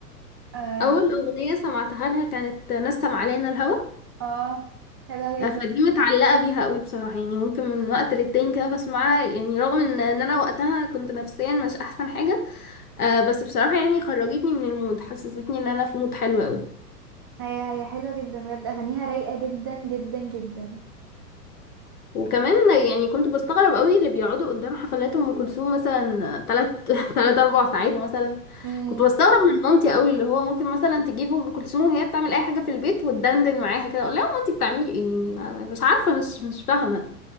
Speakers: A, on the right (about 15°); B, on the left (about 60°).
A: اه
B: اول اغنيه سمعتها لها كانت نسم علينا الهوى
A: اه حلوة
B: آه،
A: جدا
B: فدي متعلقة بيها قوي بصراحة يعني ممكن من وقت للتاني كده بسمعها يعني رغم ان ان انا وقتها كنت نفسيا مش احسن حاجة آه بس بصراحة يعني خرجتني من المود حسستني ان انا في مود حلو قوي
A: هي هي حلوة جدا بجد اغانيها رايقة جدا جدا جدا
B: وكمان يعني كنت بستغرب قوي اللي بيقعدوا قدام حفلات ام كلثوم مثلا تلات <laughs> تلات اربع ساعات مثلا
A: امم
B: كنت بستغرب من مامتي قوي اللي هو ممكن مثلا تجيب ام كلثوم وهي بتعمل اي حاجه في البيت وتدندن معاها كده اقول لها مامتي بتعملي ايه يعني مش عارفه مش مش فاهمه